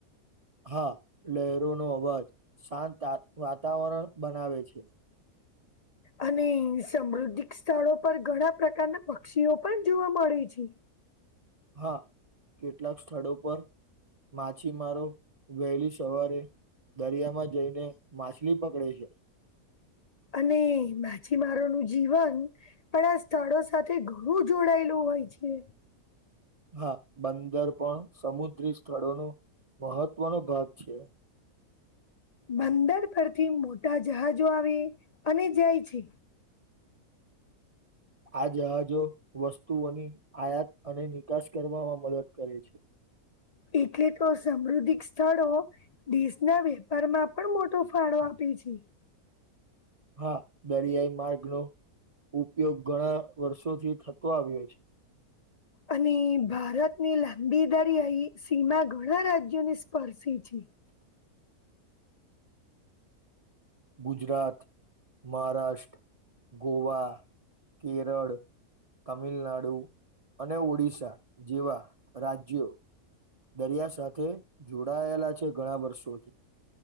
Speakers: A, on the right (about 55°); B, on the left (about 45°).
A: હા લહેરોનો અવાજ શાંત વાતાવરણ બનાવે છે.
B: અને સમૃદ્ધિક સ્થળો પર ઘણા પ્રકારના પક્ષીઓ પણ જોવા મળે છે.
A: હા કેટલાક સ્થળો પર માછીમારો વહેલી સવારે દરિયામાં જઈને માછલી પકડે છે.
B: અને માછીમારોનું જીવન પણ આ સ્થળો સાથે ઘણું જોડાયેલું હોય છે.
A: હા બંદર પણ સમુદ્રી સ્થળોનો મહત્વનો ભાગ છે.
B: બંદર પરથી મોટા જહાજો આવે અને જાય છે.
A: આ જહાજો વસ્તુઓની આયાત અને નિકાસ કરવામાં મદદ કરે છે. <inaudible>
B: એટલે તો સમૃદ્ધિક સ્થળો દેશના વેપારમાં પણ મોટો ફાળો આપે આપે છે.
A: <inaudible> હા દરિયાઈ માર્ગ નો ઉપયોગ ઘણા વર્ષોથી થતો આવ્યો છે.
B: અને ભારતની લાંબી દરિયા સીમા ઘણા રાજ્યોને સ્પર્શે છે.
A: ગુજરાત, મહારાષ્ટ્ર, ગોવા કેરળ તામિલનાડુ અને ઓડિશા જેવા રાજ્યો દરિયા સાથે જોડાયેલા છે, ઘણા વર્ષો